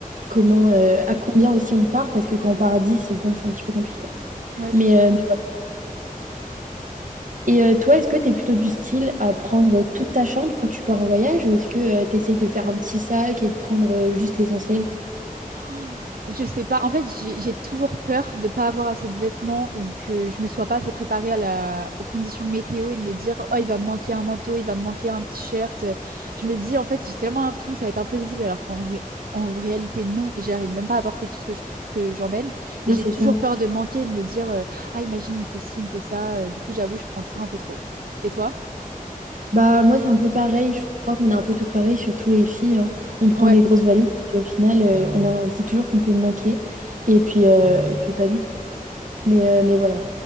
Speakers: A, on the right; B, on the right.
A: comment,
B: mm.
A: euh, à combien aussi on part. Parce que quand on part à dix bon, c'est un petit peu compliqué.
B: Ouais, c'est
A: Mais,
B: sûr.
A: euh, et euh, toi, est-ce que tu es plutôt du style à prendre toute ta chambre quand tu pars en voyage ou est-ce que tu essayes de faire un petit sac et de prendre euh, juste l'essentiel?
B: Oh, Je sais pas. En fait, j'ai j'ai toujours peur de pas avoir assez de vêtements ou que je me sois pas assez préparée à la... aux conditions météo et de me dire, oh, il va me manquer un manteau, il va me manquer un t-shirt. Je me dis, en fait, j'ai tellement l'impression que ça va être imprévisible alors qu'en vrai- en réalité, non. Et j'arrive même pas à porter tout ce que je- que j'emmène. Mais
A: Ouais,
B: j'ai
A: c'est
B: toujours
A: ça.
B: peur de manquer et de me dire, euh, ah, imagine, il me faut ci, il me faut ça. Euh, Du coup, j'avoue, je prends toujours un peu trop. Et toi?
A: Bah, moi, c'est un peu pareil. Je crois qu'on est un peu toutes pareilles, surtout les filles. hein. On prend
B: Ouais.
A: des grosses valises, puis au final, euh, on a, on se dit toujours qu'on peut manquer. Et puis, euh, et puis pas du tout. Mais, euh, mais voilà.